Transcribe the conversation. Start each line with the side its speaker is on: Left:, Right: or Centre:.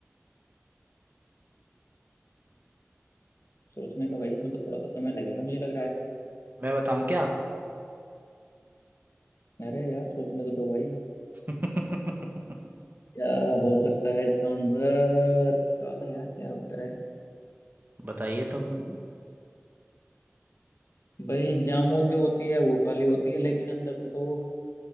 Left: सोचने का भाई इसमें तो थोड़ा सा समय लगेगा मुझे लग रहा है
Right: मैं बताऊं क्या
Left: अरे यार सोचने तो दो भाई
Right: <laughs>
Left: क्या हो सकता है इसका आंसर काला यार क्या होता
Right: बताइए तो
Left: है भाई जामुन जो होती है वो काली होती है लेकिन अंदर से तो वो